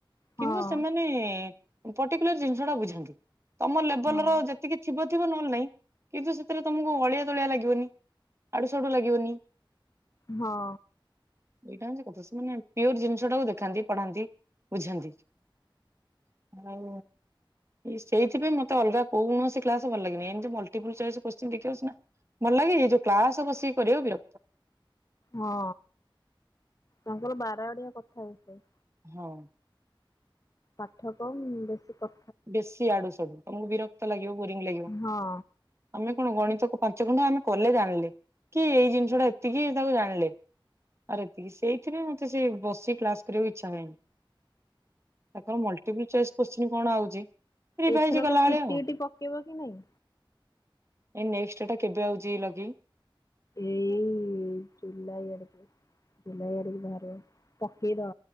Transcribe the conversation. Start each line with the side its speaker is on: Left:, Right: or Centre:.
Left: ହଁ
Right: କିନ୍ତୁ ସେମାନେ ପର୍ଟିକୁଲାର ଜିନିଷଟା ବୁଝାନ୍ତି, ତମ ଲେବଲ
Left: ହଁ
Right: ର ଯେ ଟିକେ ଥିବ ଥିବ ନହେଲେ ନାହିଁ, କିନ୍ତୁ ସେଥିରେ ତମକୁ ଅଳିଆ ତଳିଆ ଲାଗିବନି। ଆଡୁ ସାଡୁ ଲାଗିବନି।
Left: ହଁ।
Right: ଏଇଟା ହଉଛି କଥା, ସେମାନେ ପିଓର ଜିନିଷଟାକୁ ଦେଖାନ୍ତି, ପଢାନ୍ତି, ବୁଝାନ୍ତି। ଆଉ ସେଥିପାଇଁ ମତେ ଅଲଗା କୌଣସି କ୍ଲାସ ଭଲ ଲାଗେନି, ଏମିତି ମଲ୍ଟିପୂଲ୍ ଚଏସ କୋଶ୍ଚିନ୍ ଦେଖିଆକୁ ସିନା ଭଲ ଲାଗେ। ଏଇ ଯୋଉ କ୍ଲାସ ବସିକି କରିବ ବିରକ୍ତ।
Left: ହଁ ତାଙ୍କର ବାର ଆଡିଆ କଥା ହେଇଥାଏ।
Right: ହଉ।
Left: ପାଠ କମ୍ ବେଶି କ
Right: ବେଶୀ ଇଆଡୁ, ସିୟାଡୁ ତମକୁ ବିରକ୍ତ ଲାଗିବ, ବୋରିଙ୍ଗ ଲାଗିବ।
Left: ହଁ
Right: ଆମେ କଣ ଗଣିତକୁ ପାଞ୍ଚ ଖଣ୍ଡ ଆମେ କଲେ ଜାଣିଲେ। କି ଏଇ ଜିନ୍ଷ ଟା ଏତିକି ତାକୁ ଜାଣିଲେ। ଆରେ ଏତିକି, ସେଇଥି ପାଇଁ ମତେ ସେ ବସିକି କ୍ଲାସ୍ କରିବାକୁ ଇଚ୍ଛା ନାହିଁ। ଆପଣ ମଲ୍ଟିପ୍ଲ ଚଏସ୍ କୋସ୍ଚିନ୍ କଣ ଆଉଛି? ରିଭାଇଜ
Left: ଏଥରକ
Right: କଲା
Left: ସିଟି
Right: ଭଳିଆ ଆଉ।
Left: ଇଟି ପକେଇବ କି ନାଇଁ?
Right: ଏଇ ନେଷ୍ଟ ଟା କେବେ ଆଉଛି ଲଗେଇ?
Left: ଏଇ ଜୁଲାଇ ଆଡ଼କୁ। ବୁଲ ଆଡିକି ବାହାରିବ ପକେଇଦବ